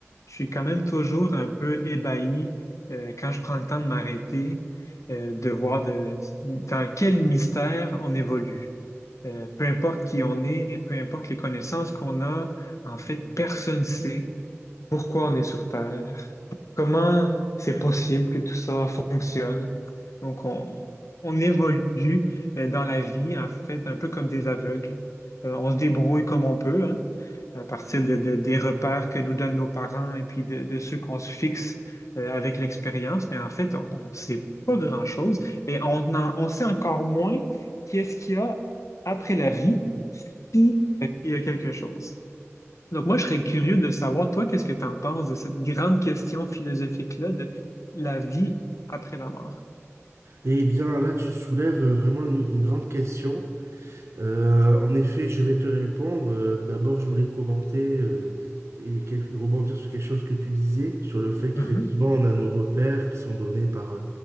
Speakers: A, on the left; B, on the right.
A: Je suis quand même toujours un peu ébahi euh, quand je prends le temps de m'arrêter, euh, de voir de, dans quel mystère on évolue. Euh, peu importe qui on est, peu importe les connaissances qu'on a, en fait, personne ne sait pourquoi on est sur Terre, comment c'est possible que tout ça fonctionne. Donc, on, on évolue euh, dans la vie, en fait, un peu comme des aveugles. Euh, on se débrouille comme on peut, hein, à partir de, de- des repères que nous donnent nos parents et puis de, de ceux qu'on se fixe euh, avec l'expérience. Mais en fait, on ne sait pas grand-chose et on, en- on sait encore moins qu'est-ce qu'il y a après la vie, si euh, il y a quelque chose. Donc moi, je serais curieux de savoir, toi, qu'est-ce que tu en penses de cette grande question philosophique-là de la vie après la mort?
B: Eh bien, là, tu soulèves euh, vraiment une, une grande question. Euh, en effet, je vais te répondre. Euh, d'abord, je voulais commenter euh, et quel- rebondir sur quelque chose que tu disais, sur le fait qu'effectivement,
A: Mhm,
B: on a nos repères qui sont donnés par, euh,